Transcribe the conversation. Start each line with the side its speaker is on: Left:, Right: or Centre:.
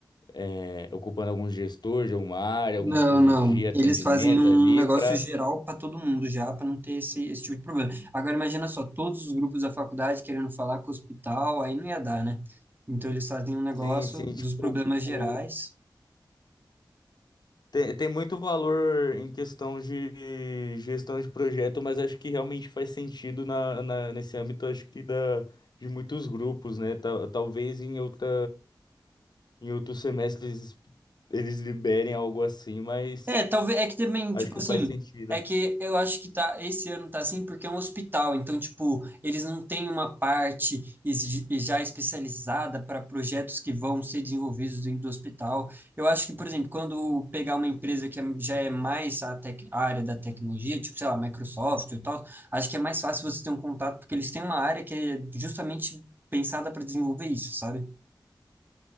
Left: é, ocupando algum gestor de alguma área, alguma
Right: Não,
Left: coisa
Right: não.
Left: de atendimento
Right: Eles fazem um
Left: ali
Right: negócio
Left: pra.
Right: geral para todo mundo já, para não ter esse, esse tipo de problema. Agora imagina só, todos os grupos da faculdade querendo falar com o hospital, aí não ia dar, né? Então eles fazem um negócio
Left: Sim, sim, tipo,
Right: dos problemas gerais
Left: o- tem, tem muito valor em questão de gestão de projeto, mas acho que realmente faz sentido na, na- nesse âmbito, acho que da, de muitos grupos, né? Tal- talvez em outra. em outro semestre eles, eles liberem algo assim, mas
Right: É, talvez, é que também,
Left: acho
Right: tipo
Left: que
Right: assim,
Left: faz sentido.
Right: é que eu acho que tá, esse ano tá assim porque é um hospital, então, tipo, eles não têm uma parte exi- já especializada para projetos que vão ser desenvolvidos dentro do hospital. Eu acho que, por exemplo, quando pegar uma empresa que é- já é mais a, tec- a área da tecnologia, tipo, sei lá, Microsoft e tal, acho que é mais fácil você ter um contato, porque eles têm uma área que é justamente pensada para desenvolver isso, sabe?